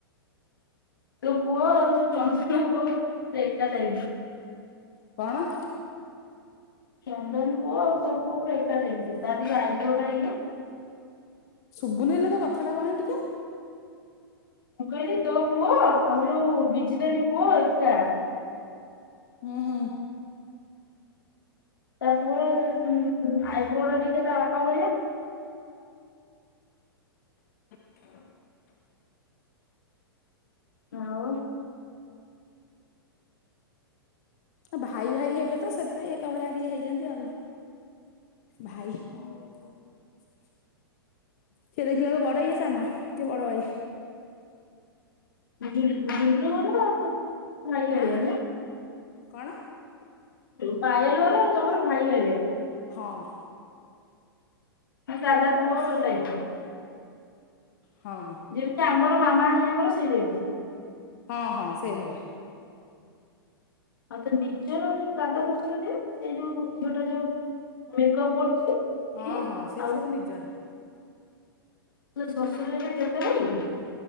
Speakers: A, on the left (about 60°); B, on the left (about 45°).
A: ତୋ ପୁଅ ଆଉ ଯୋଉ ଚନ୍ଦନ ପୁଅ ପୁରା ଏକା ଟାଇପ୍ ର
B: କଣ?
A: ଚନ୍ଦନ ଖୁ ଆ ତ ଖୁ ରେକାର ହେଇ ତାଜି ଆଇଟାଇ
B: ଶୁଭୁନ ହେଲେ ତୋ କଥା ଟା କଣ ପାଇଁ ଟିକେ
A: ମୁଁ କହିଲି ତୋ ପୁହ ଆମ ଯୋଉ ବିଜି ଦେଇ ପୁଅ ଏକା
B: ହୁଁ।
A: ତାପ ପୁଅ ଆଇବ୍ରୋ ଉରା ଟିକେ ତା ବାପା ଭଳିଆ।
B: ହ <inaudible>
A: ଆଉ
B: ଭାଇ ଭାଇ ହେବେ ତ ସେଥିପାଇଁ ଏକା ଭଳିଆ ଟିକେ ହେଇଛନ୍ତି ଆଉ। ଭାଇ। ହ <inaudible> ସେ ଦେଖିଲା ବେଳୁ ବଡ ଇଏ ସାନ ସେ ବଡ ଭାଇ।
A: <inaudible>
B: ଆଁ କଣ?
A: ପାର ତମର ଭାଇଜଆ <inaudible>
B: ହଁ।
A: ମାନେ ଦାଦା
B: ଗୋଟେ ବଂଶର
A: ପୁଅ ଟାଇପ୍
B: ଆଉ।
A: ର
B: ହଁ
A: ଯେମିତି ଆମର। ରଙ୍ଗାଳଙ୍କର ସେଇୁ <inaudible>
B: ହଁ ହଁ ସେଇଭଳିଆ।
A: ଆଉ ତ ନିଜର ଦାଦା ଶଶୁର ସେ ଯୋଉ ଝିଅ ଟା ଯୋଉ ମେକଅପ କରୁଛି।
B: ହଁ ହଁ ସେ
A: ସିଏ
B: ସବୁ ନିଜର।
A: ତୋ ଶଶୁର ହେରିକା କେତେ ଭାଇ କି?